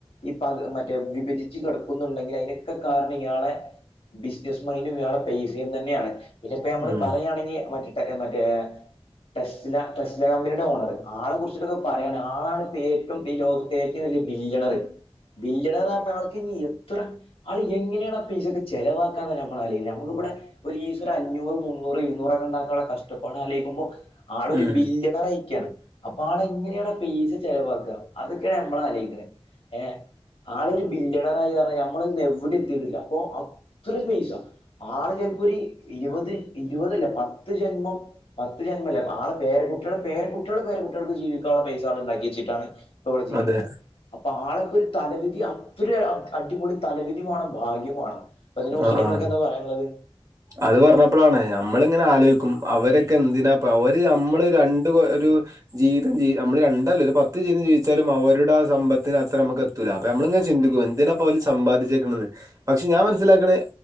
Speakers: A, on the left (about 70°); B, on the right (about 35°).
A: ഈ പഹ് മറ്റേ വിഭജിച്ചു കെടക്കുന്നുണ്ടെങ്കി അയിനൊക്കെ കാരണം ഇയാളെ. ബിസിനസ് മൈന്ഡും ഇയാളെ പേസം തന്നെയാണ് പിന്നെ ഇപ്പ ഞമ്മള്
B: ഉം
A: പറയാണെങ്കി മട്ടെ മറ്റേ ടെസ് ല ടെസ് ല കമ്പനിയുടെ ഓണർ ആളെ കുറിച്ചിട്ടൊക്കെ പറയാണ് ആളാണ് ഇപ്പ ഏറ്റവും ഈ ലോക പ്പെറ്റവും വല്ല്യ ബിലിജെണർ ബിൻജെണർ പറഞ്ഞ ആൾക്ക് ഇ എത്ര ആള് എങ്ങനെയാണ് ആ പെസൊക്കെ ചെലവാക്കാന്നന്നെ ഞമ്മള് അലോയിക്ക്ണേ ഞമക്കിവടെ ഒരീസൊരഅഞ്ഞൂറ് മുന്നൂറ് എഴുന്നൂറൊക്കെണ്ടാക്കാനുള്ള കഷ്ടപ്പാട് ആലോഴിക്കുമ്പോ ആളൊരു
B: ഉം
A: ബില്യണർയിക്കാണ്. അപ്പ ആള് എങ്ങനെയാണ് പേയിസ ചെലവാക്ക അതൊക്കെയാണ് എമ്മളാ ആലോയിക്കണേ ഏഹ് ആളൊരു ബില്ലണറായി അറിം ഞമ്മളൊന്നും എവടിം എത്തിട്ടില്ല അപ്പൊ അത്രയും പൈസ ആളൊര് ചെൽപ്പോര് ഇരുപത് ഇരുപതല്ല പത്ത് ജന്മം പത്ത് ജന്മല്ല ആള് പേരകുട്ട്യാളെ പേരകുട്ട്യാളെ പേര കുട്ട്യാക്ക് ജീവിക്കാള്ള പൈസആള് ഇണ്ടാക്കിച്ച്ട്ടാണ് പ്പൊ ഇവടെ ജീവിക്ക്ണേ
B: അതെ
A: അപ്പൊ ആളൊക്കൊ ഒരു തലവിധി അത്ര അടിപൊളി തലവിധി വേണം ഭാഗ്യം വേണം ഇപ്പൊ ഇതിനെ കുറിച്ചിട്ട്
B: ആ ആ
A: ഇങ്ങൾക്കെന്താപറയാള്ളത്?
B: അത് പറഞ്ഞപ്പളാണ് ഞമ്മള്ങ്ങനെ ആലോയിക്കും അവരൊക്കെ എന്തിനാപൊ അവര് അമ്മള് രണ്ട് ഒരു ജീവിക്കണം ജിവി ഞമ്മള് രണ്ടല്ല ഒര് പത്ത്ജീവിതം ജീവിച്ചാലും അവര്ടെ ആ സമ്പത്തിന് അത്ര അമുക്ക് എത് അപ്പൊ നമ്മളങ്ങെ ചിന്തിക്കും എന്തിനാപ്പൊ അവല് സമ്പാതിച്ചേക്കുന്നത് പക്ഷെ ഞാൻ മനസ്സിലാക്കണ